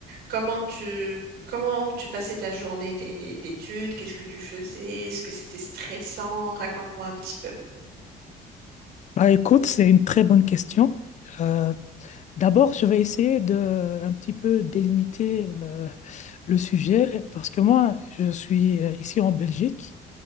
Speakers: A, on the right; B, on the left.
A: Comment tu, comment tu passais ta journée d'é- d'études? Qu'est-ce que tu faisais? Est-ce que c'était stressant? Raconte-moi un petit peu.
B: Ah, écoute, c'est une très bonne question. Euh, d'abord, je vais essayer de un petit peu délimiter euh, le sujet parce que moi, je suis euh, ici en Belgique.